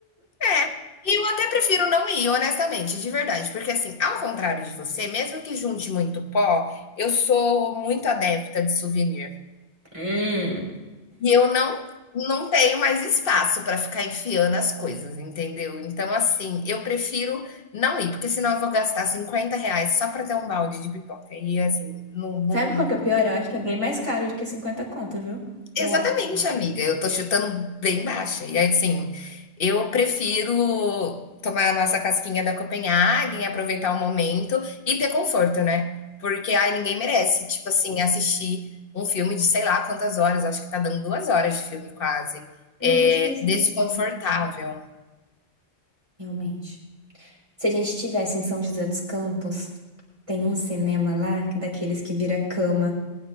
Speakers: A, on the left; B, on the right.
A: É. E eu até prefiro não ir, honestamente, de verdade. Porque, assim, ao contrário de você, mesmo que junte muito pó, eu sou muito adepta de souvenir.
B: Hum.
A: E eu não não tenho mais espaço para ficar enfiando as coisas, entendeu? Então, assim, eu prefiro não ir, porque senão eu vou gastar 50 reais só para ter um balde de pipoca. E, assim, não, não-
B: Sabe qual que é o pior? Eu acho que é bem mais caro do que 50 conto, viu? Eu
A: Exatamente,
B: acho.
A: amiga. Eu tô chutando bem baixa. E aí, assim, eu prefiro tomar a nossa casquinha da Copenhagen, aproveitar o momento e ter conforto, né? Porque aí ninguém merece, tipo assim, assistir um filme de sei lá quantas horas, acho que tá dando duas horas de filme quase.
B: Não
A: É
B: pesquisei
A: desconfortável.
B: sobre. Realmente. Se a gente estivesse em São José dos Campos, tem um cinema lá, que- daqueles que vira cama.